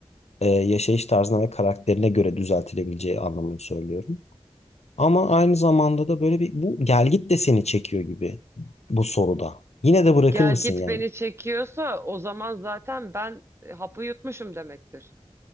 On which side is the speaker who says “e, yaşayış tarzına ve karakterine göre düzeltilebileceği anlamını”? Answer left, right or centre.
Left